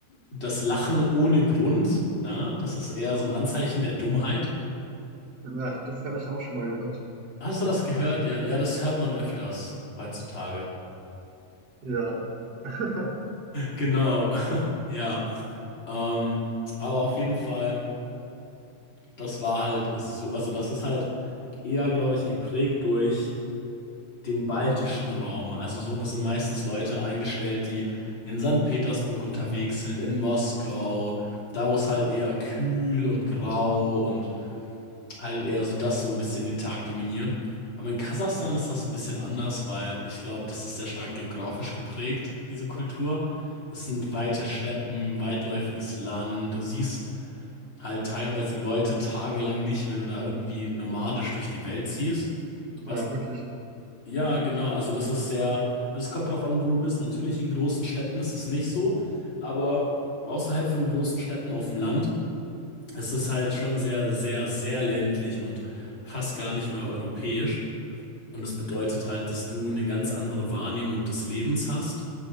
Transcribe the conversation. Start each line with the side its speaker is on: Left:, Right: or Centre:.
Left: das Lachen ohne Grund, na, das ist eher so ein Anzeichen der Dummheit.
Right: Ja, das habe ich auch schon mal gehört.
Left: Hast du das gehört? Ja, ja, das hört man öfters heutzutage. <laughs>
Right: Ja. <laughs>
Left: Genau, ja. Ähm, aber auf jeden Fall, das war halt so, also das ist halt eher, glaube ich, geprägt durch den baltischen Raum. Also so sind meistens Leute eingestellt, die in Sankt Petersburg unterwegs sind, in Moskau, da wo es halt eher kühl und grau und halt eher so das so ein bisschen den Tag dominiert. Aber in Kasachstan ist das ein bisschen anders, weil ich glaube, das ist sehr stark geografisch geprägt, diese Kultur. Es sind weite Steppen, weitläufiges Land. Du siehst halt teilweise Leute tagelang nicht, wenn du da irgendwie nomadisch durch die Welt ziehst. Was?
Right: Ah, wirklich.
Left: Ja, genau. Also das ist sehr, also es kommt drauf an, wo du bist. Natürlich in großen Städten ist es nicht so, aber außerhalb von großen Städten auf dem Land es ist halt schon sehr, sehr, sehr ländlich und fast gar nicht mehr europäisch. Und das bedeutet halt, dass du eine ganz andere Wahrnehmung des Lebens hast.